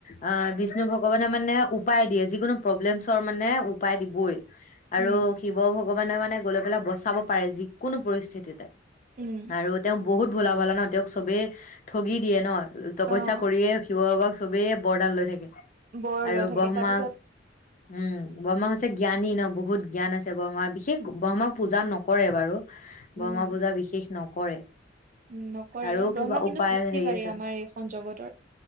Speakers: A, on the left (about 40°); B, on the right (about 40°).
A: অ বিষ্ণু ভগৱান মানে উপায় দিয়ে যিকোনো প্ৰব্লেমছৰ মানে উপায় দিবই। আৰু
B: উম
A: শিৱ ভক্ত ভগবানে মানে গ'লে পেলাই বচাব পাৰে যিকোনো পৰিস্থিতিতে।
B: উম
A: আৰু তেওঁ বহুত ভোলা ভালা ন তেওঁক চবে ঠগি দিয়ে ন তপইচা
B: অ
A: কৰিয়ে শিৱ বাবাক চবেই বৰদাল লৈ থাকে
B: বৰ
A: আৰু
B: লৈ থাকে
A: ব্ৰহ্মা
B: তাৰপিছত
A: উম ব্ৰহ্মা জ্ঞানী ন বহুত জ্ঞান আছে ব্ৰহ্মাৰ বিশেষ ব্ৰহ্মাক পূজা নকৰে বাৰু বৰ্মা
B: উম
A: পূজা বিশেষ নক কৰে
B: উম নকৰে
A: আৰু
B: ব্ৰহ্মা
A: কিবা
B: কিন্তু
A: উপায়
B: সৃষ্টিকাৰী
A: হেৰি আছে
B: আমাৰ এইখন জগতৰ